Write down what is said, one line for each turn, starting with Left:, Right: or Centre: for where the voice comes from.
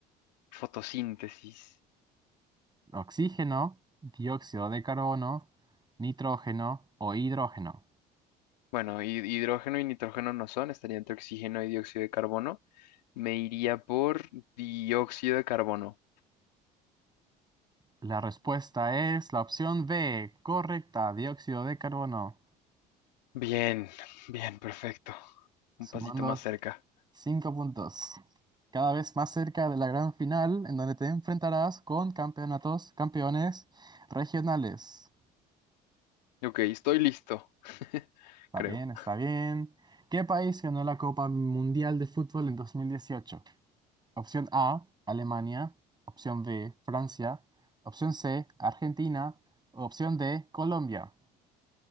Left: Fotosíntesis.
Right: Oxígeno, dióxido de carbono, nitrógeno o hidrógeno.
Left: Bueno, hi- hidrógeno y nitrógeno no son, estaría entre oxígeno y dióxido de carbono. Me iría por dióxido de carbono.
Right: La respuesta es la opción B, correcta, dióxido de carbono,
Left: Bien, bien, perfecto. Un
Right: sumando
Left: pasito más cerca.
Right: 5 puntos. Cada vez más cerca de la gran final, en donde te enfrentarás con campeonatos, campeones regionales.
Left: Ok, estoy listo. <laughs>
Right: Está
Left: Creo.
Right: bien, está bien. ¿Qué país ganó la Copa Mundial de Fútbol en 2018? Opción A, Alemania. Opción B, Francia. Opción C, Argentina. Opción D, Colombia.